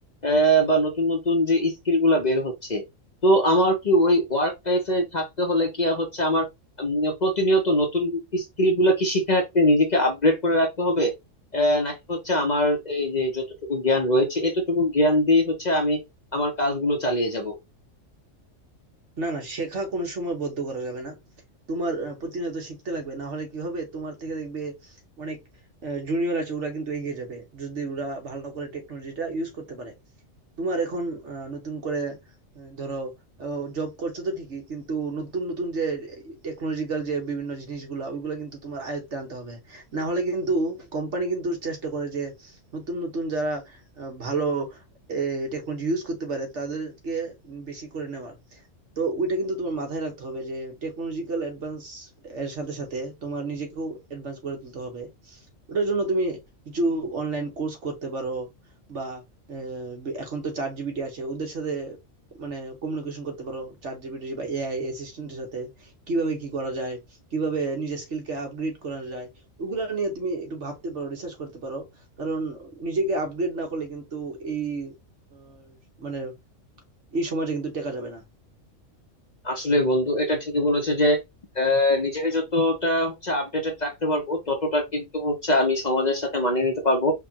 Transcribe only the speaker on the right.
না না শেখা কোনো সময় বদ্ধ করা যাবে না তোমার আহ, প্রতিনিয়ত শিখতে লাগবে না হলে কি হবে তোমার থেকে দেখবে অনেক জুনিয়র আছে ওরা কিন্তু এগিয়ে যাবে যদি ওরা ভালো করে টেকনোলজিটা ইউজ করতে পারে তোমার এখন আহ, নতুন করে আহ, ধরো জব করছো তো ঠিকই কিন্তু নতুন নতুন যে টেকনোলজিক্যাল যে বিভিন্ন জিনিসগুলা ওইগুলো কিন্তু তোমার আয়ত্তে আনতে হবে না হলে কিন্তু কোম্পানি কিন্তু চেষ্টা করে যে নতুন নতুন যারা আহ, ভালো টেকনোলজি ইউজ করতে পারে তাদেরকে বেশি করে নেওয়ার তো ওইটা কিন্তু তোমার মাথায় রাখতে হবে যে টেকনোলজিক্যাল অ্যাডভান্স এর সাথে সাথে তোমার নিজেকেও অ্যাডভান্স করে তুলতে হবে ওটার জন্য তুমি কিছু অনলাইন কোর্স করতে পারো বা আহ, এখন তো চ্যাট জিপিটি আছে ওদের সাথে মানে কমিউনিকেশন করতে পারো চ্যাট জিপিটি বা এআই অ্যাসিস্ট্যান্টের সাথে কিভাবে কি করা যায় কিভাবে নিজের স্কিলকে আপগ্রেড করা যায় ওগুলো নিয়ে তুমি একটু ভাবতে পারো রিসার্চ করতে পারো কারণ নিজেকে আপগ্রেড না করলে কিন্তু এই আহ, মানে এই সমাজে কিন্তু টেকা যাবে না